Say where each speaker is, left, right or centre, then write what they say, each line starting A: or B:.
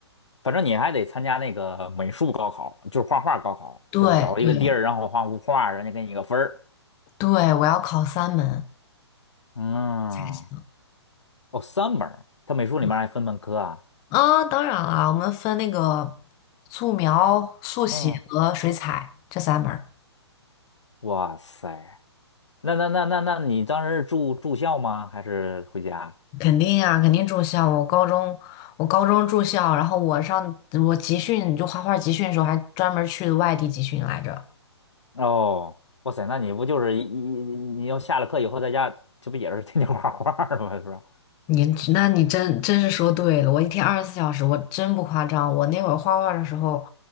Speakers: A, on the left; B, on the left.
A: 反正你还得参加那个美术高考，就是画画高考，
B: 对对
A: 对吧？找一个地儿，然后画幅画，人家给你个分儿。
B: 对，我要考三门
A: 嗯，
B: 才行。
A: 哦，三门儿，他美术里面还分门科啊。
B: 对啊，当然了，我们分那个素描、速写和水彩这三门儿
A: 嗯。哇塞，那那那那那你当时是住住校吗？还是回家？
B: 肯定啊，肯定住校。我高中，我高中住校，然后我上我集训，就画画集训的时候，还专门去外地集训来着。
A: 哦，哇塞，那你不就是一一你要下了课以后在家，这不也是 <laughs> 天天画画儿的吗？是吧？
B: 你那你真真是说对了，我一天二十四小时，我真不夸张。我那会儿画画的时候，